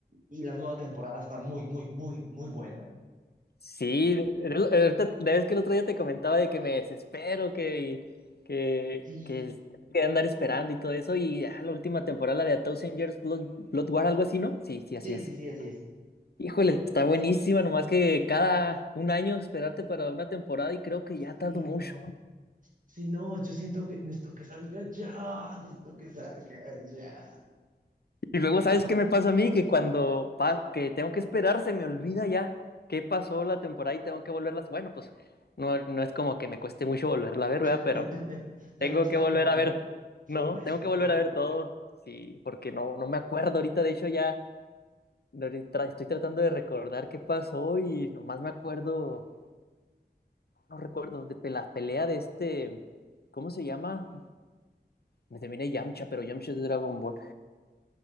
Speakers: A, on the right; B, on the left.
A: Y la nueva temporada está muy, muy, muy, muy buena.
B: Sí, el- ahorita, la vez que el otro día te comentaba de que me desespero, que, que,
A: Sí,
B: que, que andar esperando y todo eso, y ah, la última temporada, la de A Thousand Years Blood, Blood War, algo así, ¿no? Sí, sí,
A: sí,
B: así es.
A: sí, sí, así es.
B: Híjole, está buenísima, nomás que cada un año esperarte para una temporada y creo que ya
A: Sí,
B: tardo mucho.
A: no. Sí, no, yo siento que necesito que salga ya. Necesito que salga ya.
B: Y luego, ¿sabes qué me pasa a mí? Que cuando pa- que tengo que esperar se me olvida ya qué pasó la temporada y tengo que volverlas. Bueno, pues no, no es como que me cueste mucho volverla a ver,
A: <laughs>
B: ¿verdad? Pero
A: O sea,
B: tengo
A: no es
B: que
A: tan
B: volver
A: malo.
B: a ver,
A: Se
B: no,
A: vuelve a disfrutar.
B: tengo que volver a ver todo. Sí, porque no, no me acuerdo ahorita, de hecho ya ahorita estoy tratando de recordar qué pasó y nomás me acuerdo, no recuerdo, de pe- la pelea de este, ¿cómo se llama? Me terminé Yamcha, pero Yamcha es de Dragon Ball.